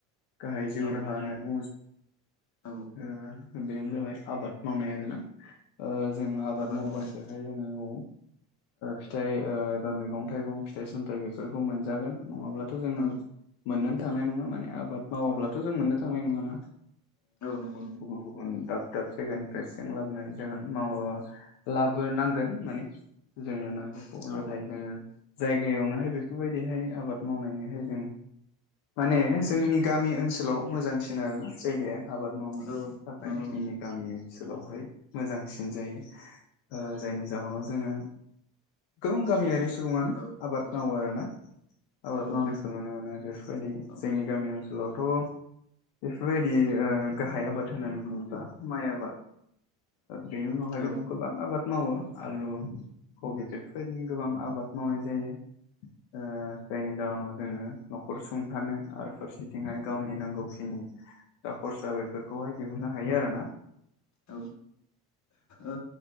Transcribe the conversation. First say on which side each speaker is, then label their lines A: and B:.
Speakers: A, on the left; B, on the left.
A: गाहाय जिउ
B: औ
A: राहा होननानै बुङो।
B: औ
A: ओ बेनो जाबाय आबाद मावनाय आरोना। ओ जोङो
B: औ
A: आबाद मावबासोहाय
B: मावनाय
A: जोङो फिथाइ एबा मैगं थाइं फिथाइ सामथाइ बेफोरखौ मोनजागोन नङाब्लाथ' जोङो
B: औ
A: मोननोनो थांनाय नङा माने आबाद मावाब्लाथ'
B: औ
A: जों मोननो थांनाय नङाना
B: औ नंगौ
A: ओ गुबुन गुबुन गाब दाब दाब जायगानिफ्राय सो जों लाबोनाय जागोन मावो लाबोनांगोन माने। जोंनो नांगौखौ
B: नंगौ औ
A: नाथाय जोङो जायगायावनोहाय बे बेफोरबादिहाय आबाद मावनायनिहाय जों माने जोंनि गामि ओनसोलाव मोजांसिन आरोना। जायगाया आबाद मावनो
B: औ
A: थाखाय
B: नंगौ
A: जोंनि
B: नंगौ
A: गामि ओनसोलावहाय मोजांसिन जायो ओ जायनि जाहोनाव जोङो गोबां गामियारि सुबुङानो
B: औ
A: आबाद
B: नंगौ
A: मावो आरो ना। आबाद
B: औ
A: मावनायखौ
B: नंगौ
A: नुनो मोनो बेफोरबायदि
B: औ
A: जोंनि गामि ओनसोलावथ' बेफोरबायदि ओ गाहाय आबाद होननानै बुङोब्ला माइ आबाद बेनि उनावहाय
B: औ
A: दङ गोबां आबाद मावो आलु कबि बेफोरबायदिनो गोबां आबाद मावनाय जायो ओ जायनि जाहोनाव जोङो न'खर सुंथानो आरो फारसेथिंहाय गावनि नांगौखिनि दा खरसा बेफोरखौहाय दिहुननो हायो आरो ना।
B: औ ओ